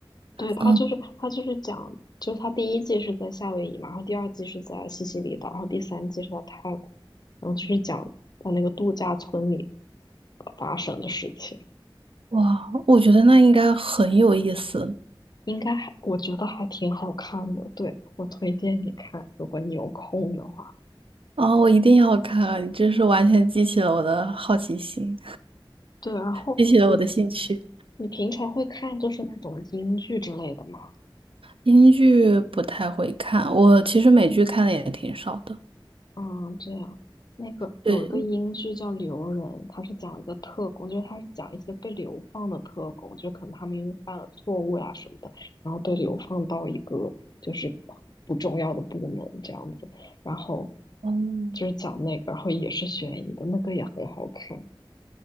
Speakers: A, on the left; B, on the right.
A: 对，它就是它就是讲，
B: 嗯，
A: 就是它第一季是在夏威夷嘛，然后第二季是在西西里岛，然后第三季是在泰国，然后就是讲在那个度假村里发生的事情，
B: 哇，我觉得那应该很有意思。
A: 应该还我觉得还挺好看的，对，我推荐你看，如果你有空的话。
B: 哦，我一定要看，这是完全激起了我的好奇心，
A: 对，然后你
B: 激起了我的兴趣。
A: 你平常会看就是那种英剧之类的吗？
B: 英剧不太会看，我其实美剧看的也挺少的。
A: 嗯，这样，那个有一个英剧叫《留人》，
B: 对，
A: 它是讲一个特工，就是它是讲一些被流放的特工，就可能他们因为犯了错误呀、什么的，然后被流放到一个就是不重要的部门这样子，然后
B: 嗯，
A: 就是讲那个，然后也是悬疑的，那个也很好看。